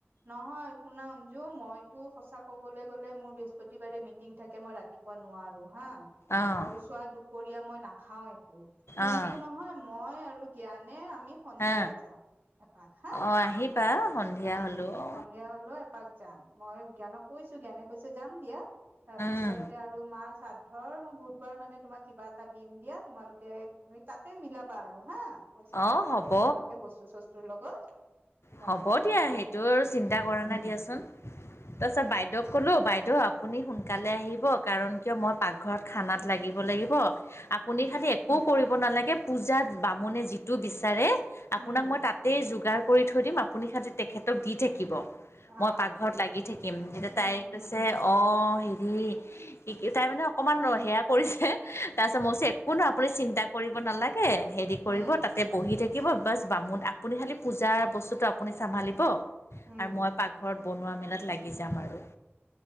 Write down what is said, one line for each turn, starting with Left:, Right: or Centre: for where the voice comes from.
Right: নহয় শুনা অনজু মই টো সচা ক'বলৈ গ'লে মোৰ বৃহস্পতিবাৰে মিটিং থাকে মই ৰাতিপুৱা নোৱাৰো হা
Left: অঁ
Right: আৰু চোৱা দুপৰীয়া মই নাখাও একো কিন্তু
Left: অঁ
Right: নহয় মই আৰু জ্ঞানে আমি সন্ধিয়া
Left: হা
Right: যাম এপাক হা
Left: অঁ আহিবা সন্ধিয়া
Right: অ
Left: হ'লেও
Right: অ সন্ধিয়া হলেও এপাক যাম মই জ্ঞানক কৈছো জ্ঞানে কৈছে যাম দিয়া তাৰপিছতে
Left: উম
Right: আৰু মাৰাদ ধৰ মই বুধবাৰ মানে তোমাক কিবা এটা দিম দিয়া তোমালোকে তাতে মিলাবা আৰু হা। পইচা
Left: অঁ
Right: পাতিৰ
Left: হ'ব
Right: লগত তোমাকে বস্তু চস্তুৰ লগত কিবা
Left: হ'ব
Right: এটা মিলাবা
Left: দিয়া সেইটো আৰু চিন্তা
Right: উম
Left: কৰা নাই দিয়াচোন তাৰপিছত বাইদেউক কলো বাইদেউ আপুনি সোনকালে আহিব কাৰণ কিয় মই পাকঘৰত খানাত লাগিব লাগিব। আপুনি
Right: উম
Left: খালি একো কৰিব নালাগে পূজাত বামুণে যিটো বিচাৰে আপোনাক
Right: উম
Left: মই তাতেই যোগাৰ কৰি থৈ দিম আপুনি খালি তেখেতক দি থাকিব।
Right: আহ
Left: মই পাকঘৰত লাগি থাকিম এতিয়া
Right: উম
Left: তাই কৈছে
Right: উম
Left: অ। হেৰি কি কি তাই মানে অকণমান সেয়া কৰিছে তাৰপিছত মই একো নাই আপুনি চিন্তা কৰিব নালাগে হেৰি কৰিব
Right: উম
Left: তাতে বহি থাকিব বাছ বামুণ আপুনি খালি পূজাৰ বস্তু আপুনি চাম্ভলিভ আৰু
Right: উম
Left: মই পাকঘৰত বনোৱা মেলাত লাগি দি যাম আৰু।